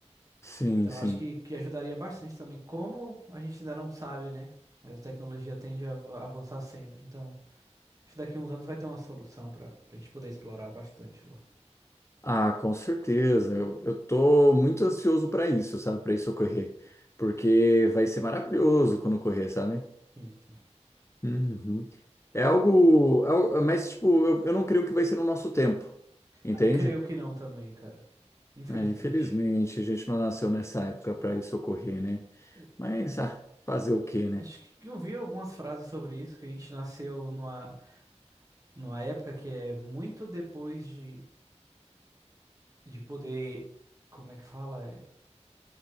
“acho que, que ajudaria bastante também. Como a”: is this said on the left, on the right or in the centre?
Right